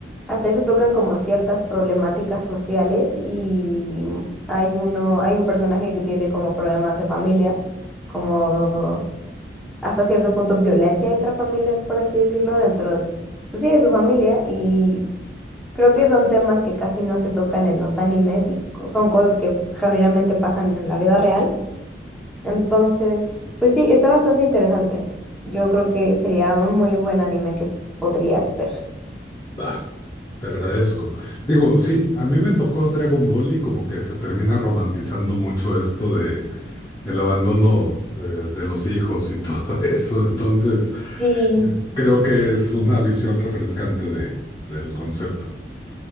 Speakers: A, in the centre; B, on the left.
A: hasta eso tocan como ciertas problemáticas sociales y hay uno, hay un personaje que tiene como problemas de familia, como hasta cierto punto violencia intrafamiliar, por así decirlo, dentro, pues sí, de su familia y creo que son temas que casi no se tocan en los animes y co- son cosas que genuinamente pasan en la vida real. Entonces, pues sí, está bastante interesante. Yo creo que sería un muy buen anime que podrías ver.
B: va, te agradezco. Digo, sí, a mí me tocó Dragon Ball y como que se termina romantizando mucho esto de el abandono eh, de los hijos y todo <laughs> eso. Entonces,
A: Sí.
B: eh, creo que es una visión refrescante de, del concepto.